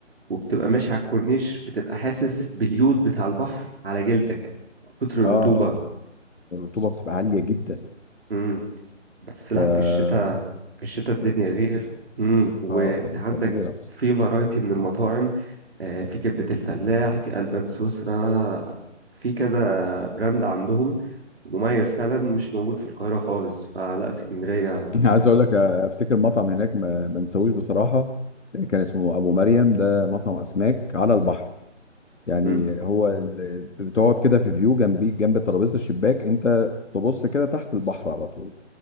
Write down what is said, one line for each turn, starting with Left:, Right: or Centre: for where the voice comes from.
Right: وبتبقى ماشي على الكورنيش بتبقى حاسس باليود بتاع البحر على جلدك من كتر الرطوبة
Left: اه اه الرطوبه بتبقى عاليه جدا
Right: امم بس لا
Left: فخطيرة
Right: في الشتاء في الشتاء الدنيا غير امم وانت
Left: اه
Right: عندك
Left: خطيرة
Right: في فرايتي من المطاعم آه، في كبدة الفلاح في ألبان سويسرا في كذا براند عندهم مميز فعلا مش موجود في القاهرة خالص فلا اسكندرية
Left: عايز اقول لك افتكر مطعم هناك ما ما انساهوش بصراحة كان اسمه ابو مريم ده مطعم اسماك على البحر يعني
Right: مم.
Left: هو ال- بتقعد كده في فيو جنبي جنب ترابيزة الشباك انت تبص كده تحت البحر على طول